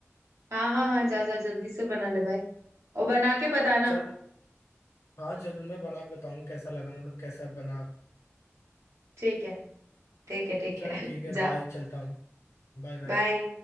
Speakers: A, on the right (about 85°); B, on the left (about 80°).
A: हाँ हाँ हाँ जा जा जल्दी से बना ले भाई और बना के बताना
B: चल हाँ जरूर मैं बना के बताऊँ कैसा लगा मतलब कैसा बना
A: ठीक है ठीक है ठीक
B: चल
A: है
B: ठीक है
A: <laughs>
B: बाय
A: जा
B: चलता हूँ Bye bye
A: बाय